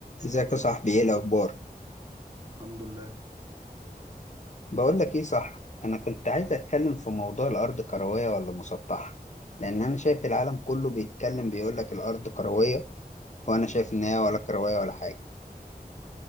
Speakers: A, on the left (about 45°); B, on the right (about 30°).
A: ازيك يا صاحبي ايه الاخبار
B: الحمد لله
A: بقول لك ايه صح انا كنت عايز اتكلم في موضوع الارض كرويه ولا مسطحه لان انا شايف العالم كله بيتكلم بيقول لك الارض كرويه وانا شايف ان هي ولا
B: ماشي
A: كرويه ولا حاجه